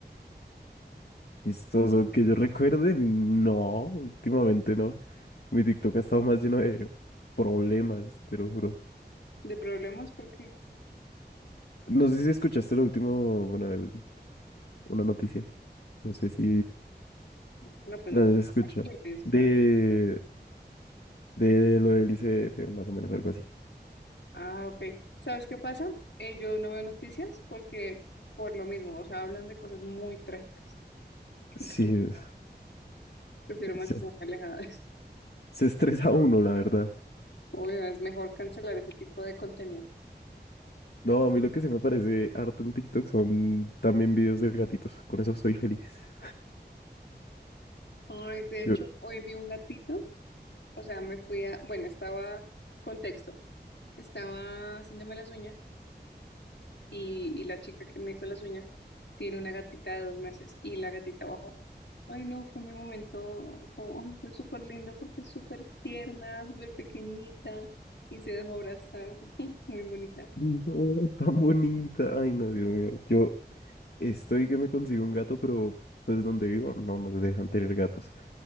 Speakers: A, on the left (about 65°); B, on the left (about 85°).
A: Chistoso, que yo recuerde, no, últimamente no. Mi TikTok ha estado más lleno de problemas, te lo juro.
B: de problemas? Porque,
A: No sé si escuchaste lo último, bueno, el- una noticia, no sé si
B: no, pues
A: la
B: no te...
A: has escuchado,
B: preocupes,
A: de, de lo del ICF, más o menos algo así.
B: Ah, ok. ¿Sabes qué pasa? Eh, yo no veo noticias porque por lo mismo, o sea, hablan de cosas muy trágicas. <laughs>
A: Sí,
B: Entonces,
A: es-
B: prefiero mantenerme
A: se,
B: alejada de eso.
A: se estresa uno, la verdad.
B: Obvio, es mejor cancelar ese tipo de contenido.
A: No, a mí lo que se me parece harto en TikTok son también videos de gatitos, con eso soy feliz.
B: Ay, de hecho,
A: <laughs> Yo,
B: hoy vi un gatito, o sea, me fui a, bueno, estaba, contexto, estaba haciéndome las uñas y, y la chica que me hizo las uñas tiene una gatita de dos meses y la gatita bajó. Ay, no, fue mi momento, como, ay, fue súper lindo porque es súper tierna, súper pequeñita y se dejó abrazar, <laughs> muy bonita.
A: no, tan bonita, ay no, Dios mío, yo estoy que me consigo un gato, pero pues donde vivo no nos dejan tener gatos.